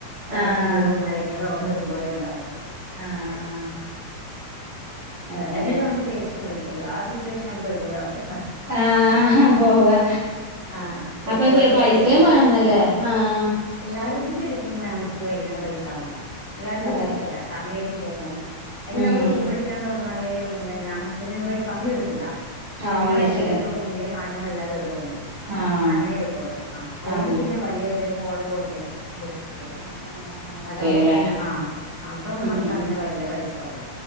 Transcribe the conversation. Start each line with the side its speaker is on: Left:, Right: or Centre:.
Left: പ്ലാൻ
Right: ആഹ്
Left: ചെയ്യലും <unintelligible> ഒക്കെ
Right: ആഹ്
Left: ഒരുപോലെ ഉണ്ടാവും
Right: ആഹ്
Left: ചല
Right: അങ്ങനെ
Left: ടൈമില് നമുക്ക് ദേഷ്യ പിടിക്കില്ല ആ സിറ്റേഷൻ <unintelligible>
Right: ആഹ് പോവാ
Left: ആഹ് കുട്ടികളൊക്കെ
Right: അപ്പൊ പൈസയും
Left: കൂടിയാകുമ്പോ
Right: വേണല്ലേ ആഹ്
Left: എല്ലാരും കൂടി എടുക്കുമ്പോ നമുക്ക് വലങ്ങണ പൈസാവില്ല. എല്ലാരും
Right: അതെ
Left: കൂടി എട്ക്കലാ ഫാമിലിയായ്ട്ട് <unintelligible> അയിന്
Right: ഉം
Left: നമ്മള് റൂം
Right: ഉം
Left: എടുക്കാന്ന് പറഞ്ഞാ ഏ ഒന്നുല്ല ഞാന് ഹസ്ബന്റ് ആന് വൈഫ് അങ്ങനെ എടുക്കൂല
Right: ആഹ്
Left: പെണ്ണുങ്ങളെല്ലാവരൂടെ
Right: ഒന്നിച്ചില്ലേ
Left: ഒരു റൂമില് ആണുങ്ങൾെല്ലാവരും ഒരു റൂമില്
Right: ആഹ്
Left: അങ്ങനെ എടുക്കുള്ളൂ ആ അല്ലെങ്കിൽ
Right: ആഹ്
Left: പിന്നെ വലിയൊരു കോളം പോല ആയി ബുക്ക് ചെയ്യും
Right: ആഹ് ഒന്ന് അങ്ങനെ ബുക്ക്
Left: അതാവകുമ്പോ
Right: ചെയ്യൂലേ
Left: പിന്നെ ആ അപ്പഴ
Right: ഉം
Left: നമുക്ക് അങ്ങനെ വലിയ പൈസ ആകൂല